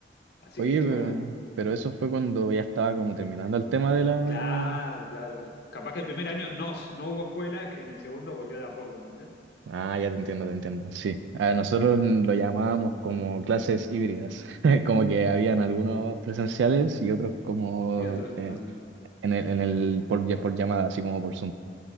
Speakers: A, on the left; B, on the right.
A: Así
B: oye,
A: que estuvo
B: pero,
A: bueno.
B: pero eso fue cuando ya estaba como terminando el tema de la,
A: Claro, claro. Capaz que el primer año no, no hubo escuela, en el segundo volvió de a poco, ¿entendés?
B: Ah, ya te entiendo, te entiendo. Sí, a nosotros lo llamábamos como clases híbridas, <laughs> como que habían algunos presenciales y otros como
A: Y otros,
B: eh,
A: claro.
B: en el, en el por, ll- por llamada, así como por Zoom.